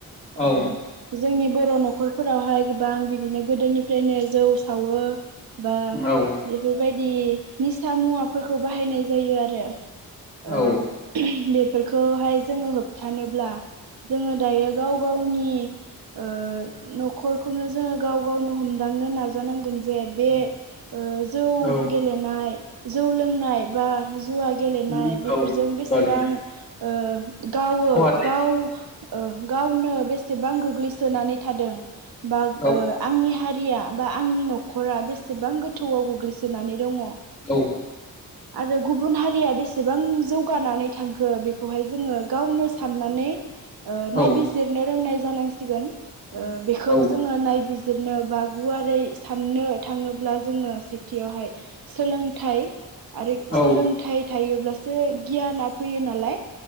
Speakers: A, on the left; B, on the right.
A: औ
B: ओ जोंनि बर' न'खरफोरावहाय गोबां बिदिनो गोदोनिफ्रायनो जौ सावो बा
A: औ
B: बेफोरबायदि निसा मुवाफोरखौ बाहायनाय जायो आरो। ओ
A: औ
B: बेफोरखौहाय जोङो होबथानोब्ला जोङो दायो गाव गावनि ओ नखरखौनो जोङो गाव गावनो हमदांनो नाजानांगोन। जे बे
A: उम,
B: ओ जौ
A: औ
B: गेलेनाय जौ लोंनाय बा जुवा गेलेनाय
A: उम,
B: बेफोरजों
A: औ
B: बेसेबां
A: बागेल
B: ओ गावो
A: खहा
B: गाव ओ गावनो बेसेबां गोग्लैसोनानै थादों बा
A: जायो
B: आंनि हारि या बा आंनि न'रा बेसेबां गोथौआव गोग्लैसोनानै दङ
A: औ
B: आरो गुबुन हारिया बेसेबां जौगानानै थांखो बेखौहाय जोङो गावनो सनानै ओ नायबिजिरनो
A: औ
B: रोंनाय जानांसिगोन ओ बेखौ
A: औ
B: जोङो नाय जिरनो बा गुवारै साननो थाङोब्ला जोङो सेथियावहाय सोलोंथाइ आरो
A: औ
B: सोलोंथाइ थायोब्लासो गियाना फैयो नालाय।